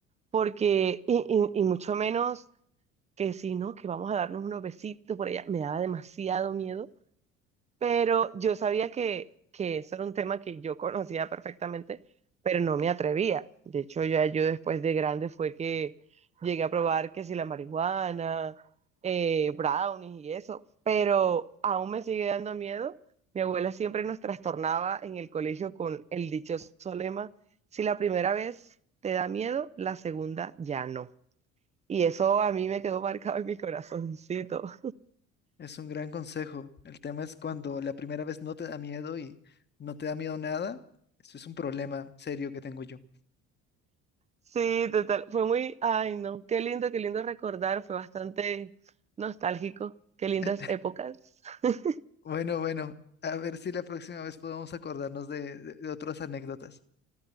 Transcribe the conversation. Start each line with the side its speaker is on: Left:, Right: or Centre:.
Right: porque, y, y- y mucho menos que si no, que vamos a darnos unos besitos por allá, me daba demasiado miedo pero yo sabía que, que eso era un tema que yo conocía perfectamente, pero no me atrevía. De hecho, ya yo después de grande fue que llegué a probar que si la marihuana, eh, brownies y eso, pero aún me sigue dando miedo. Mi abuela siempre nos trastornaba en el colegio con el dichoso lema, si la primera vez te da miedo, la segunda ya no. Y eso a mí me quedó marcado en mi corazoncito.
Left: Es un gran consejo. El tema es cuando la primera vez no te da miedo y no te da miedo nada. Esto es un problema serio que tengo yo.
Right: Sí, total. Fue muy, ay, no, qué lindo, qué lindo recordar. Fue bastante nostálgico. Qué lindas
Left: <laughs>
Right: épocas. <laughs>
Left: Bueno, bueno, a ver si la próxima vez podemos acordarnos de, de de otras anécdotas.